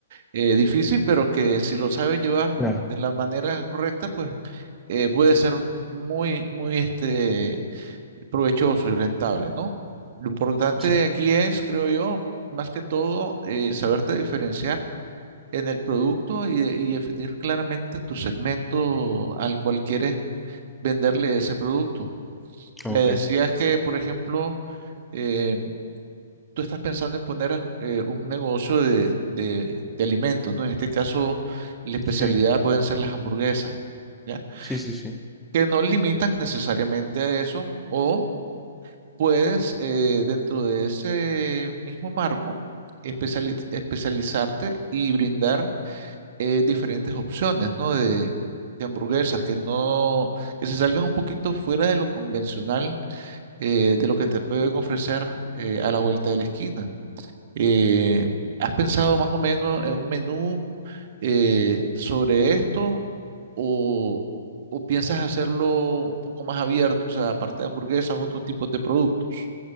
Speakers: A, on the right (about 50°); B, in the centre.
A: eh, difícil, pero que si lo sabes llevar
B: Claro,
A: de la manera correcta, pues eh, puede ser muy, muy este, provechoso y rentable, ¿no? Lo importante
B: sí,
A: aquí es, creo yo, más que todo, eh, saberte diferenciar en el producto y, de- y definir claramente tu segmento al cual quieres venderle ese producto. Me
B: ok,
A: decías que, por ejemplo, em, tú estás pensando en poner eh, un negocio de, de- de alimentos, ¿no? En este caso, la especialidad
B: sí,
A: pueden ser las hamburguesas, ¿ya?
B: sí, sí, sí.
A: Que no limitan necesariamente a eso, o puedes, eh, dentro de ese mismo marco, especiali- especializarte y brindar eh, diferentes opciones, ¿no? De, de hamburguesas que no, que se salgan un poquito fuera de lo convencional, eh, de lo que te pueden ofrecer eh, a la vuelta de la esquina. Eh, ¿has pensado más o menos en un menú eh, sobre esto o, o piensas hacerlo un poco más abierto, o sea, aparte de hamburguesas, otro tipo de productos?